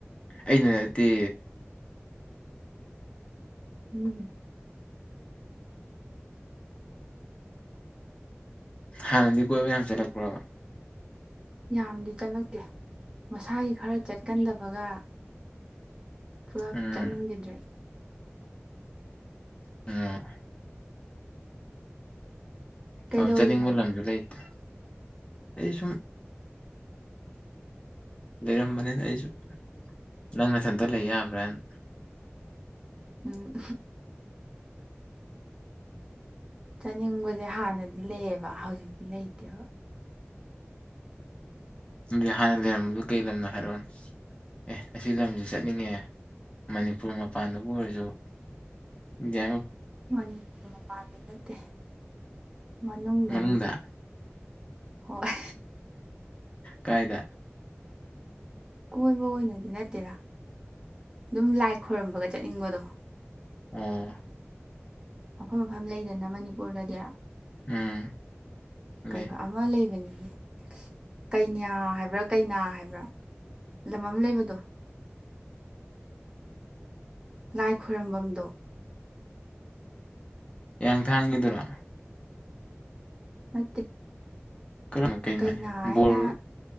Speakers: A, on the left (about 25°); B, on the right (about 20°).
A: ꯑꯩꯅꯠꯇꯦ
B: ꯎꯝ
A: ꯍꯥꯟꯅꯗꯤ ꯀꯣꯏꯕ ꯌꯥꯝ ꯆꯠꯂꯛꯄ꯭ꯔꯕ
B: ꯌꯥꯝꯗꯤ ꯆꯠꯂꯛꯇꯦ ꯃꯁꯥꯒꯤ ꯈꯔ ꯆꯠꯀꯟꯗꯕꯒ ꯄꯨꯂꯞ
A: ꯎꯝ
B: ꯆꯠꯅꯤꯡꯈꯤꯗ꯭ꯔꯦ
A: ꯎꯝ
B: ꯀꯩꯗꯧꯔꯤꯅꯣ
A: ꯑꯧ ꯆꯠꯅꯤꯡꯕ ꯂꯝꯁꯨ ꯂꯩꯇꯦ ꯑꯩ ꯁꯨꯝ ꯂꯩꯔꯝꯕꯅꯤꯅ ꯑꯩꯁꯨꯨꯝ ꯅꯪ ꯃꯊꯟꯇ ꯂꯩ ꯌꯥꯕ꯭ꯔꯥꯅ
B: ꯎꯝ ꯆꯥꯅꯤꯡꯕꯁꯦ ꯍꯥꯟꯅꯗꯤ ꯂꯩꯌꯦꯕ ꯍꯧꯖꯤꯛꯇꯤ ꯂꯩꯇꯦꯕ
A: ꯑꯗꯨꯗꯤ ꯍꯥꯟꯅ ꯂꯩꯔꯝꯕꯗꯨꯣ ꯀꯩ ꯂꯝꯅꯣ ꯍꯥꯏꯔꯛꯑꯣꯅ ꯑꯦ ꯑꯁꯤ ꯂꯝꯁꯤ ꯆꯠꯅꯤꯡꯉꯦ ꯃꯅꯤꯄꯨꯔ ꯃꯄꯥꯟꯗꯕꯨ ꯑꯣꯏꯔꯁꯨ ꯒ
B: ꯃꯅꯤꯄꯨꯔ ꯃꯄꯥꯟꯗ ꯅꯠꯇꯦ ꯃꯅꯨꯡꯗꯅꯤ
A: ꯃꯅꯨꯡꯗ
B: ꯑꯗꯨꯝ ꯍꯣꯏ
A: ꯀꯥꯏꯗ
B: ꯀꯣꯏꯕ ꯑꯣꯏꯅꯗꯤ ꯅꯠꯇꯦꯗ ꯑꯗꯨꯝ ꯂꯥꯏ ꯈꯣꯏꯔꯝꯕꯒ ꯆꯠꯅꯤꯡꯕꯗꯣ
A: ꯑꯣ
B: ꯃꯐꯝ ꯃꯐꯝ ꯂꯩꯗꯅ ꯃꯅꯤꯄꯨꯔꯗꯗꯤ
A: ꯎꯝ
B: ꯀꯩꯕ
A: ꯂꯩ
B: ꯑꯃ ꯂꯩꯕꯅꯤꯅꯦ ꯀꯩꯌꯥ ꯍꯥꯏꯕ꯭ꯔꯥ ꯀꯩꯅꯥ ꯍꯥꯏꯕ꯭ꯔꯥ ꯂꯝꯝ ꯂꯩꯕꯗꯣ ꯂꯥꯏ ꯈꯔꯝꯕꯗ
A: ꯌꯥꯌꯥꯡ ꯊꯥꯡꯉꯗꯔ
B: ꯃꯦ
A: ꯀꯔꯝꯕ ꯀꯩꯅꯣ
B: ꯀꯩꯅꯥ ꯍꯥꯏꯅ
A: ꯕꯣꯔ